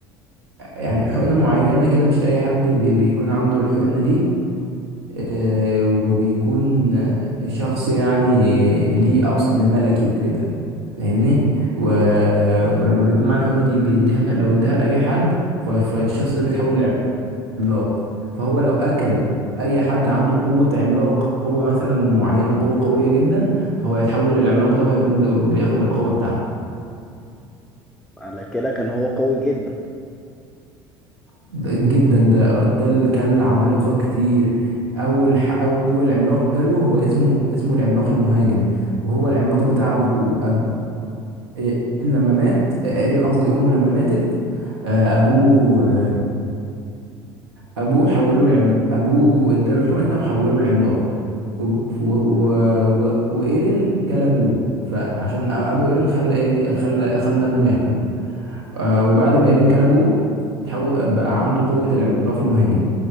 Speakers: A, on the right; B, in the centre.
A: يعني حقنة معينة كده مش أي حد بي بيكون عنده الحقنة دي آه، وبيكون شخص يعني ليه أصل ملكي وكده فاهمني و... ولما بيكون معاه الحقنة دي بيديها لو اداها لأي حد ف- فالشخص ده بيتحول عملاق فهو لو اكل اي حد عنده قوة عملاق قوة مثلا معينة قوة قوية جدا فهو هيتحول للعملاق ده وهيكون ب- بياخد القوة بتاعته
B: على كده كان هو قوي جدا
A: ده- جدا ده كل كل عمالقة كتير اول ح- اول عملاق كله هو اسمه اسمه العملاق المهاجم وهو العملاق بتاع ابوه أب... إيه، لما مات آه، ايرين قصدي امه لما ماتت آه، ابوه ابوه حوله العم ابوه اداله حقنه وحوله العملاق و... و... و... و... وايرين كل ابوه فعشان أ- ابو ايرين خلى إيرين... خلى خلى ابنه ياكله آه وبعد ما ايرين كل ابوه اتحو... بقى عنده قوه العملاق المهاجم